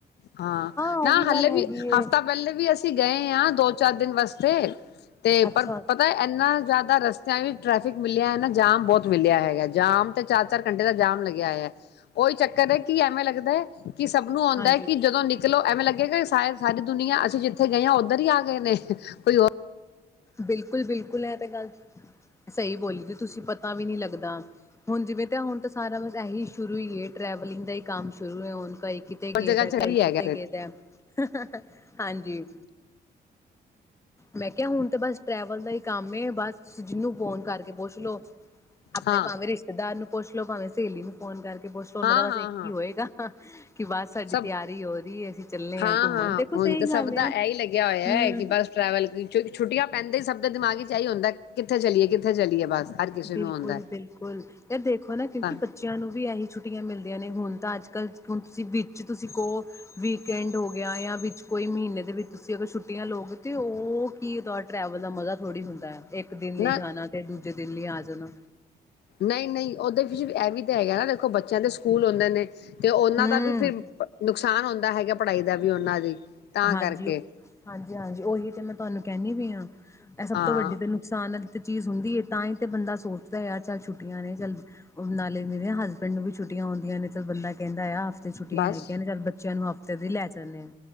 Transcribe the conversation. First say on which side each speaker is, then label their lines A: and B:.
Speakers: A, on the left (about 80°); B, on the left (about 15°).
A: ਹਾਂ।
B: ਉਹ
A: ਨਾ ਹਲੇੇ
B: ਗੱਲ ਹੈਗੀ
A: ਵੀ ਹਫ਼ਤਾ
B: ਏ
A: ਪਹਿਲੇ ਵੀ ਅਸੀ ਅਸੀਂ ਗਏ ਹਾਂ ਦੋ-ਚਾਰ ਦਿਨ ਵਾਸਤੇ। ਤੇ
B: ਅੱਛਾ
A: ਪਰ ਪਤਾ ਇੰਨਾ ਜ਼ਿਆਦਾ ਦਾ ਰਸਤਿਆਂ ਵੀ ਟ੍ਰੈਫਿਕ ਮਿਲਿਆ ਹੈ ਨਾ ਜਾਮ ਬਹੁਤ ਮਿਲਿਆ ਹੈਗਾ। ਜਾਮ ਤੇ ਚਾਰ-ਚਾਰ ਦਾ ਜਾਮ ਲੱਗਿਆ ਹੋਇਆ ਉਹੀ ਚੱਕਰ ਹੈ ਕਿ ਐਵੇਂ ਲੱਗਦਾ ਹੈ ਕਿ ਸਭ ਨੂੰ ਆਉਂਦਾ
B: ਹਾਂਜੀ
A: ਹੈ ਕਿ ਜਦੋਂ ਨਿਕਲੋ ਐਵੇਂ ਲਗੇਗਾ ਕਿ ਸਾਰੀ ਦੁਨੀਆਂ ਅਸੀਂ ਜਿੱਥੇ ਗ ਉੱਧਰ ਹੀ ਆ ਗਏ ਨੇ, ਕੋਈ
B: ਬਿਲਕੁਲ-ਬਿਲਕੁਲ ਇਹ ਤਾਂ ਗੱਲ ਸਹੀ ਬੋਲੀ ਤੇ ਤੁਸੀਂ ਪਤਾ ਵੀ ਨਹੀਂ ਲੱਗਦਾ। ਹੁਣ ਜਿਵੇਂ ਤਾਂ ਹੁਣ ਤਾਂ ਸਾਰਾ ਬਸ ਇਹੀ ਸ਼ੁਰੂ ਹੀ ਹੈ ਟ੍ਰੈਵਲਿੰਗ ਦਾ ਹੀ ਕੰਮ ਸ਼ੁਰੂ ਹੈ ਹੁਣ ਕਿਤੇ ਗੇਦਾ
A: ਜਗ੍ਹਾ ਚ
B: ਕਈ
A: ਵੀ ਹੈਗਾ
B: ਕਿਤੇ
A: ਫਿਰ
B: ਗਏਦਾ ਹ-ਹ ਹਾਂਜੀ। ਮੈਂ ਕਿਹਾ ਹੁਣ ਤਾਂ ਬਸ ਟਰੈਵਲ ਦਾ ਹੀ ਕੰਮ ਬਸ। ਜਿਹਨੂੰ ਫੋਨ ਕਰਕੇ ਪੁੱਛ ਲੋੋ। ਆਪਣੇ
A: ਹਾਂ
B: ਭਾਵੇਂ ਰਿਸ਼ਤੇਦਾਰ ਨੂੰ ਪੁੱਛ ਲੋੋ ਭਾਵੇਂ ਸਹੇਲੀ ਨੂੰ ਫੋਨ ਕਰਕੇ ਪੁੱਛ ਉਹਨਾਂ
A: ਹਾਂ
B: ਦਾ
A: ਹਾਂ
B: ਬਸ ਇੱਕ
A: ਹਾਂ
B: ਹੀ ਹੋਏਗਾ। ਕਿ ਬਸ ਸਾਡੀ
A: ਸਭ
B: ਤਿਆਰੀ ਹੋ ਰਹੀ ਅਸੀਂ ਚੱਲੇ
A: ਹਾਂ-ਹਾਂ
B: ਹਾਂ ਘੁੰਮਣ ਦੇਖੋ
A: ਹੁਣ
B: ਸਹੀ
A: ਤਾਂ ਸਭ
B: ਗੱਲ
A: ਦਾ
B: ਆ ਹਮ।
A: ਇਹੀ ਲੱਗਿਆ ਹੋਇਆ ਹੈ ਕਿ ਬਸ ਟਰੈਵਲ ਛੁੱਟੀਆਂ ਪੈਂਦੇ ਹੀ ਸਭ ਦਾ ਦਿਮਾਗ ਚ ਇਹੀ ਹੁੰਦਾ ਕਿੱਥੇ ਚਲੀਏ ਕਿੱਥੇ ਚਲੀਏ ਬਸ। ਹਰ ਕਿਸੇ
B: ਬਿਲਕੁਲ
A: ਨੂੰ ਆਉਂਦਾ ਹੈ
B: ਬਿਲਕੁਲ ਯਾਰ ਦੇਖੋ ਨਾ ਕਿਉਂਕਿ
A: ਤਾਂ
B: ਬੱਚਿਆਂ ਨੂੰ ਵੀ ਇਹੀ ਛੁੱਟੀਆਂ ਮਿਲਦੀਆਂ ਨੇ ਹੁਣ ਤਾਂ ਅੱਜ ਕੱਲ੍ਹ ਹੁਣ ਤੁਸੀਂ ਵਿੱਚ ਤੁਸੀਂ ਕੋਹ ਵੀਕਐਂਡ ਹੋ ਗਿਆ ਜਾਂ ਵਿੱਚ ਕੋਈ ਮਹੀਨੇ ਦੇ ਵਿੱਚ ਤੁਸੀਂ ਅਗਰ ਛੁੱਟੀਆਂ ਲਓਗੇ ਤਾਂ ਉਹ ਕੀ ਉਹਦਾ ਟਰੈਵਲ ਦਾ ਮਜ਼ਾ ਥੋੜ੍ਹੀ ਹੁੰਦਾ ਹੈ ਇੱਕ ਇੱਕ ਦਿਨ ਲਈ
A: ਨਾ
B: ਜਾਣਾ ਤੇ ਦੂਜੇ ਦਿੱਲੀ ਆ ਜਾਣਾ
A: ਨਹੀਂ ਨਹੀਂ ਓਦੇ ਵਿੱਚ ਐ ਵੀਂ ਤਾਂ ਹੈਗਾ ਨਾ ਦੇਖੋ ਬੱਚਿਆਂ ਦੇ ਸਕੂਲ ਆਉਂਦੇ ਨੇ ਤੇ ਉਹਨਾਂ
B: ਹੂੰ,
A: ਦਾ ਵੀ ਫਿਰ ਨੁਕਸਾਨ ਹੁੰਦਾ ਹੈਗਾ ਪੜ੍ਹਾਈ ਦਾ ਵੀ ਉਹਨਾਂ ਦੀ ਤਾਂ
B: ਹਾਂਜੀ
A: ਕਰਕੇ
B: ਓ ਹਾਂਜੀ-ਹਾਂਜੀ ਉਹੀ ਤੇ ਮੈਂ ਤੁਹਾਨੂੰ ਕਹਿੰਦੀ ਵੀ ਹਾਂ ਇਹ ਸਭ
A: ਹਾਂ
B: ਤੋਂ ਵੱਡੀ ਤੇ ਨੁਕਸਾਨ ਹੈ ਚੀਜ਼ ਹੁੰਦੀ ਹੈ ਤਾਂ ਹੀ ਤੇ ਬੰਦਾ ਸੋਚਦਾ ਆ ਚੱਲ ਛੁੱਟੀਆਂ ਨੇ ਚੱਲ ਨਾਲੇ ਦੀ ਨੇ ਹ ਪਿੰਡ ਨੂੰ ਵੀ ਛੁੱਟੀਆਂ ਆਉਂਦੀਆਂ ਨੇ ਤਾਂ ਬੰਦਾ ਕਹਿੰਦਾ ਆ ਛੱਟੀਆਂ
A: ਬਸ
B: ਹੈਗੀਆਂ ਨੇ ਚੱਲ ਬੱਚਿਆਂ ਨੂੰ ਹਫ਼ਤੇ ਦੀ ਲੈ ਜਾਂਦੇ ਹਾਂ